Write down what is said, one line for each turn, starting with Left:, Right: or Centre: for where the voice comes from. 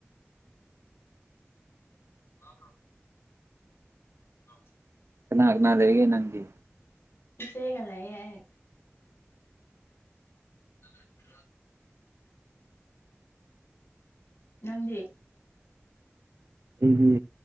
Left: ꯌꯥꯕ꯭ꯔꯣ ꯑ
Right: ꯀꯅꯥꯔꯅꯥꯗꯔꯤꯒꯤ ꯅꯗꯤ
Left: ꯆꯦꯒꯂꯑ ꯌꯥꯏ ꯑꯗꯨ ꯐꯔꯣ ꯅꯪꯗꯤ
Right: ꯑꯩꯒꯤ